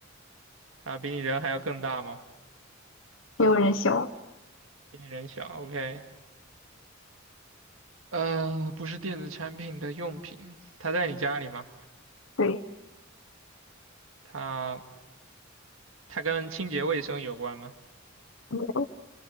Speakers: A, on the right; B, on the left.
A: 它比你人还要更大吗？
B: 也有人想。
A: 比你人小，OK。呃，不是电子产品的用品，它在你家里吗？
B: 对，
A: 它它跟清洁卫生有关吗？
B: 没有，